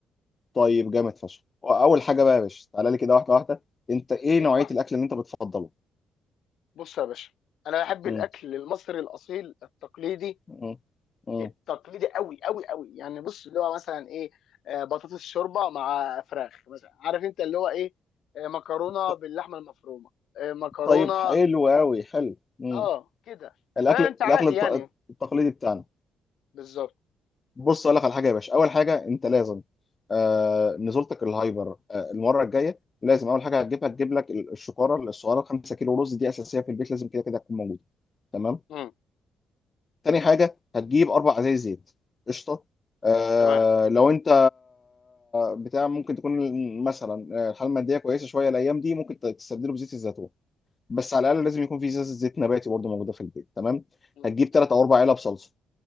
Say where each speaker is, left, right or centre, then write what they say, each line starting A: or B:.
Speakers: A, on the left; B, on the left.
A: طيب جامد فشخ اول حاجه بقى يا باشا تعالى لي كده واحده واحده انت ايه
B: ايوه
A: نوعيه الاكل اللي انت بتفضله
B: بص يا باشا انا بحب
A: مم.
B: الاكل المصري الاصيل التقليدي
A: مم. مم.
B: التقليدي قوي قوي قوي يعني بص اللي هو مثلا ايه آه، بطاطس شوربه مع فراخ مثلا عارف انت اللي هو ايه آه، مكرونه
A: ط-
B: باللحمه المفرومه آه، مكرونه
A: طيب حلو قوي حلو مم.
B: اه كده
A: الاكل
B: فانت
A: الاكل
B: عادي
A: الت-
B: يعني
A: التقليدي بتاعنا
B: بالظبط
A: بص اقول لك على حاجه يا باشا اول حاجه انت لازم آه نزولتك الهايبر آه المره الجايه لازم اول حاجه هتجيبها تجيب لك ال- الشكاره الصغيره 5 كيلو رز دي اساسيه في البيت لازم كده كده تكون موجوده تمام
B: امم
A: تاني حاجه هتجيب اربع ازايز زيت قشطه آه
B: تمام
A: لو انت بتاع ممكن تكون مثلا آه، الحاله الماديه كويسه شويه الايام دي ممكن ت- تستبدله بزيت الزيتون بس على الاقل لازم يكون في زيت زيت نباتي برضه موجوده في البيت تمام
B: مم.
A: هتجيب ثلاث او اربع علب صلصه